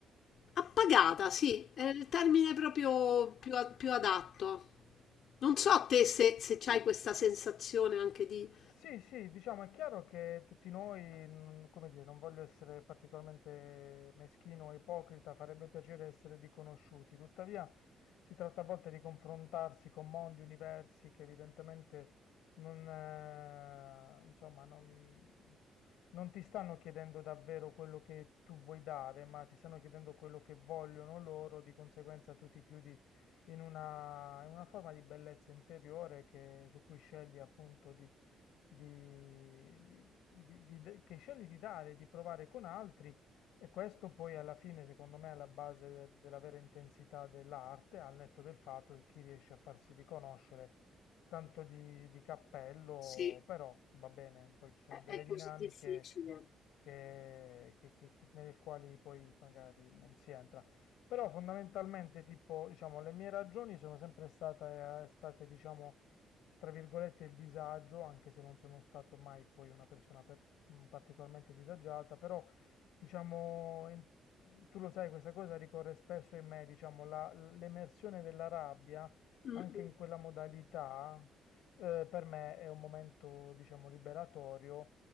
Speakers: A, on the left; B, on the left.
A: appagata, sì, è il termine proprio più, a- più adatto. Non
B: St.
A: so te se, se c'hai questa sensazione anche di...
B: Sì, sì, diciamo è chiaro che tutti noi, non- come dire, non voglio essere particolarmente meschino o ipocrita, farebbe piacere essere riconosciuti, tuttavia si tratta a volte di confrontarsi con mondi, universi che evidentemente non, eh, insomma, non, non ti stanno chiedendo davvero quello che tu vuoi dare, ma ti stanno chiedendo quello che vogliono loro, di conseguenza tu ti chiudi in una, in una forma di bellezza interiore che- su cui scegli appunto di di- di- di- di- de- che scegli di dare, di provare con altri e questo poi alla fine, secondo me, è la base de- della vera intensità dell'arte, al netto del fatto che chi riesce a farsi riconoscere tanto di, di cappello,
A: Sì,
B: però va bene, poi ci sono
A: è
B: delle
A: è
B: dinamiche
A: così difficile.
B: che- che- che- che- nelle quali poi magari non si entra. Però fondamentalmente, tipo, diciamo, le mie ragioni sono sempre state, eh, state, diciamo, tra virgolette, il disagio, anche se non sono stato mai poi una persona per- mh, particolarmente disagiata, però diciamo, in- tu lo sai, questa cosa ricorre spesso in me, diciamo, la- l'emersione della rabbia,
A: Mm,
B: anche
A: mm,
B: in quella modalità, eh, per me è un momento, diciamo, liberatorio